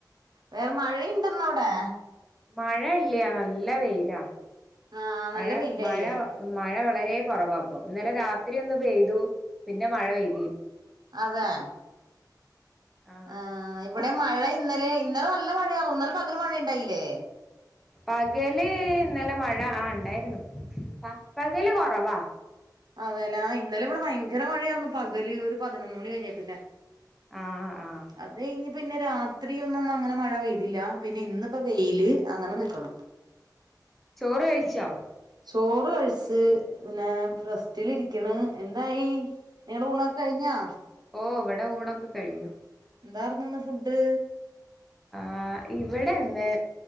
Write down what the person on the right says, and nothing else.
വേറെ മഴയിണ്ടന്നവിടെ
ആഹ് നല്ല
വെയിലായില്ലേ
അതെ
ആ ഇവിടെ മഴ ഇന്നലെ ഇന്ന് നല്ല മഴയാർന്ന് ഇന്നലെ പകൽ മഴയ ഉണ്ടായില്ലേ
അതെല്ലേ ഇന്നലെ ഇവിടെ ഭയങ്കര മഴയായിരുന്നു പകല് ഒരു പതിനൊന്ന് മണി കഴിഞ്ഞേ പിന്നെ
അത് അത് കഴിഞ്ഞ് പിന്നെ രാത്രിയൊന്നും അങ്ങനെ മഴ പെയ്തില്ല പിന്നെ ഇന്നിപ്പോ വെയില് അങ്ങനെ നിൽക്കണ്
ചോറ് കഴിച്ച് പിന്നെ റസ്റ്റിലിരിക്കണ് എന്തായി നിങ്ങളടെ ഊണൊക്കെ കഴിഞ്ഞാ
എന്താർന്നു ഇന്ന് ഫുഡ്